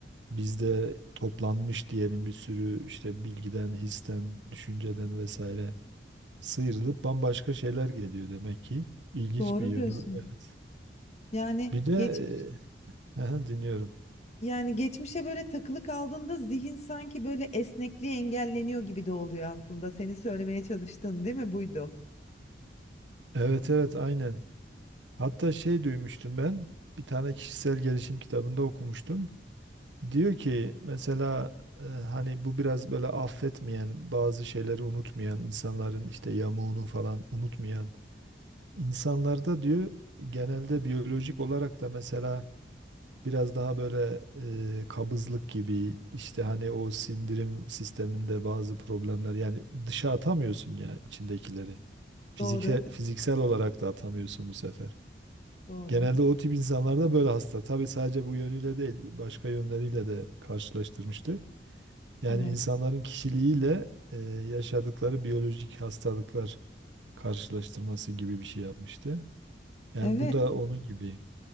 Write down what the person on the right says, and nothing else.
bizde toplanmış diyelim bir sürü işte bilgiden, histen, düşünceden vesaire sıyrılıp bambaşka şeyler geliyor demek ki. İlginç
bir yönü
evet.
Bir de
e, <laughs> aha, dinliyorum.
Evet evet aynen. Hatta şey duymuştum ben. Bir tane kişisel gelişim kitabında okumuştum. Diyor ki mesela e, hani bu biraz böyle affetmeyen, bazı şeyleri unutmayan insanların işte yamuğunu falan unutmayan insanlarda diyor genelde biyolojik olarak da mesela biraz daha böyle e, kabızlık gibi işte hani o sindirim sisteminde bazı problemler yani dışa atamıyorsun ya içindekileri. Fizike,
fiziksel olarak da atamıyorsun bu sefer.
Genelde o tip insanlarda böyle hasta. Tabii sadece bu yönüyle değil, başka yönleriyle de karşılaştırmıştı. Yani
insanların kişiliğiyle e, yaşadıkları biyolojik hastalıklar karşılaştırması gibi bir şey yapmıştı. Yani
bu da onun gibi.